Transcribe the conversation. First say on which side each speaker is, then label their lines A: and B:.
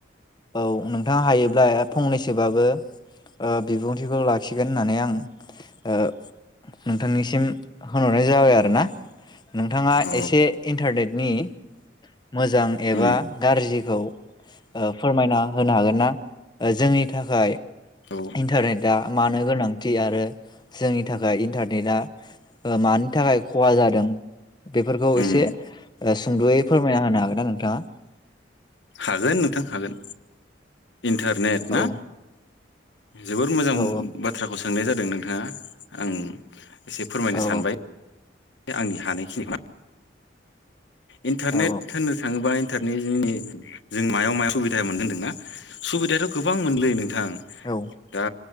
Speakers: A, on the left (about 25°); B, on the left (about 75°).
A: औ नोंथाङा हायोब्ला फंनैसोबाबो ओ बिबुंथिखौ लाख खिगोन होननानै आं ओ नोंथांनिसिम होनहरनाय जाबाय आरोना। नोंथाङा
B: अ
A: एसे इन्टारनेटनि मोजां एबा
B: उम
A: गाज्रि औ ओ फोरमायना होनो हागोन ना? ओ जोंनि थाखाय
B: औ
A: इन्टारनेटआ मानो गोनांथि आरो जोंनि थाखाय इन्टारनेटआ ओ मानि थाखाय खहा जादों। बेफोरखौ
B: उम
A: एसे ओ सु सुंद'यै फोरमायना होनो हागोन ना नोंथाङा?
B: हागोन नोंथां हागोन। इन्टारनेट ना
A: औ
B: जोबोर मोजां
A: औ
B: बाथ्राखौ सों सोंनाय जादों नोंथाङा आं एसे फोरमायनो
A: औ
B: सानबाय। बे आंनि हानायखिनि इन्टारनेट
A: औ
B: होननो थाङोबा नि जोंनि जों मायाव मायाव सुबिदा मोनदों होनदोंना सुबिदायाथ' गोबां मोनलै नों। थां
A: औ
B: दा